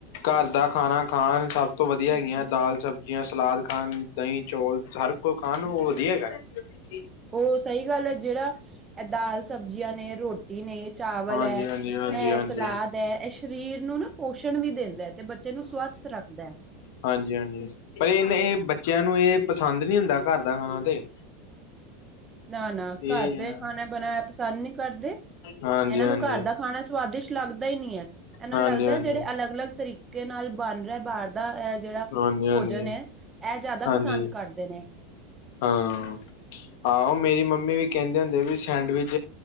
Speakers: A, on the left; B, on the right.
A: ਘਰ ਦਾ ਖਾਣਾ। ਖਾਣ ਸਭ ਤੋਂ ਵਧੀਆ ਹੈਗੀਆਂ ਦਾਲ ਸਬਜ਼ੀਆਂ ਸਲਾਦ ਖਾਣ ਦਹੀਂ ਚੌਲ ਹਰ ਕੋ ਖਾਣ ਉਹ ਵਧੀਆ। <inaudible> <inaudible>
B: ਉਹ ਸਹੀ ਗੱਲ ਹੈ ਜਿਹੜਾ ਇਹ ਦਾਲ ਸਬਜ਼ੀਆਂ ਨੇ। ਰੋਟੀ ਨੇ ਚਾਵਲ
A: ਹਾਂਜੀ
B: ਹੈ
A: ਹਾਂਜੀ ਹਾਂਜੀ
B: ਇਹ
A: ਹਾਂਜੀ
B: ਸਲਾਦ ਹੈ ਇਹ ਸਰੀਰ ਨੂੰ ਨਾ ਪੋਸ਼ਣ ਵੀ ਦਿੰਦਾ ਤੇ ਤੇ ਬੱਚੇ ਨੂੰ ਸਵਸਥ ਰੱਖਦਾ ਹੈ
A: ਹਾਂਜੀ-ਹਾਂਜੀ ਪਰ ਇਹਨ ਇਹ ਬੱਚਿਆਂ ਨੂੰ ਇਹ ਪਸੰਦ ਨੀ ਹੁੰਦਾ ਘਰ ਦਾ ਖਾਣਾ ਤੇ
B: ਨਾ-ਨਾ
A: ਇਹ
B: ਘਰ ਦੇ
A: ਆ।
B: ਖਾਣਾ ਬਣਾਆ ਪਸੰਦ ਨਹੀਂੀ ਕਰਦੇ
A: ਹਾਂਜੀ
B: ਇਹਨਾਂ
A: ਹਾਂਜੀ ਹਾਂਜੀ
B: ਨੂੰ ਘਰ ਦਾ ਖਾਣਾ ਸਵਾਦਿਸ਼ਟ ਲੱਗਦਾ ਹੀ ਨੀ ਹੈ ਇਹਨਾਂ
A: ਹਾਂਜੀ
B: ਨੂੰ ਲੱਗਦਾ
A: ਹਾਂਜੀ
B: ਹੈ ਜਿਹੜੇ ਅਲੱਗ-ਅਲੱਗ ਤਰੀਕੇ ਨਾਲ ਬਣ ਰਿਹਾ ਬਾਹਰ ਦਾ ਇਹ ਜਿਹੜਾ
A: ਹਾਂਜੀ
B: ਭੋਜਨ ਹੈ ਇਹ ਜ਼ਿਆਦਾ
A: ਹਾਂਜੀ
B: ਪਸੰਦ ਕਰਦੇ ਨੇ
A: ਹਾਂ ਆਹੋ ਮੇਰੀ ਮੰਮੀ ਵੀ ਕਹਿੰਦੇ ਹੁੰਦੇ ਵੀ ਸੈਂਡਵਿਚ